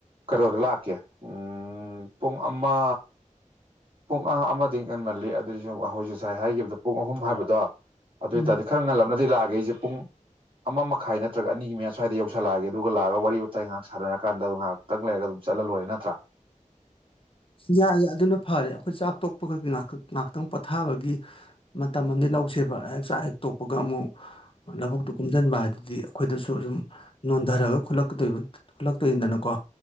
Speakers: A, on the right; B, on the left.
A: ꯀꯩꯅꯣꯗ ꯂꯥꯛꯀꯦ ꯎ ꯄꯨꯡ ꯑꯃ ꯄꯨꯡ ꯑ ꯑꯃꯗꯤ ꯉꯟꯃꯜꯂꯤ ꯑꯗꯨꯏꯁꯨ ꯑꯩꯈꯣꯏ ꯉꯁꯥꯏ ꯍꯥꯏꯈꯤꯕꯗ ꯄꯨꯡ ꯑꯍꯨꯝ ꯍꯥꯏꯕꯗꯣ ꯑꯗꯨ ꯑꯣꯏꯇꯥꯔꯗꯤ
B: ꯎꯝ
A: ꯈꯔ ꯉꯜꯂꯝꯅꯗꯤ ꯂꯥꯛꯑꯦ ꯑꯩꯁꯦ ꯄꯨꯡ ꯑꯃ ꯃꯈꯥꯏ ꯅꯠꯇ꯭ꯔꯒ ꯑꯅꯤꯒꯤ ꯃꯌꯥ ꯁ꯭ꯋꯥꯏꯗ ꯌꯧꯁꯜꯂꯛꯑꯒꯦ ꯑꯗꯨꯒ ꯂꯥꯛꯑꯒ ꯋꯥꯔꯤ ꯋꯥꯇꯥꯏ ꯉꯥꯏꯍꯥꯛ ꯁꯅꯔꯛ ꯀꯥꯟꯗ ꯉꯥꯏꯍꯥꯛꯇꯪ ꯂꯩꯔꯒ ꯑꯗꯨꯝ ꯆꯠꯂ ꯂꯣꯏꯔꯦ ꯅꯠꯇ꯭ꯔꯥ
B: ꯌꯥꯏ ꯑꯗꯨꯅ ꯐꯔꯦ ꯑꯩꯈꯣꯏ ꯆꯥꯛ ꯇꯣꯛꯄꯒ ꯉꯥꯏꯍꯥꯛꯇꯪ ꯄꯣꯊꯥꯕꯒꯤ ꯃꯇꯝ ꯑꯃꯗꯤ ꯇꯧꯁꯦꯕ ꯆꯥꯛ ꯍꯦ ꯛ ꯇꯣꯛꯄꯒ ꯑꯃꯨꯛ ꯂꯧꯕꯨꯛꯇꯨ ꯀꯨꯝꯁꯤꯟꯕ ꯍꯥꯏꯗꯨꯗꯤ ꯑꯩꯈꯣꯏꯗꯁꯨ ꯑꯗꯨꯨꯝ ꯅꯣꯟꯊꯔꯒꯂꯣꯏ ꯈꯨꯠꯂꯛꯇꯣꯏꯅꯤꯗꯅꯀꯣ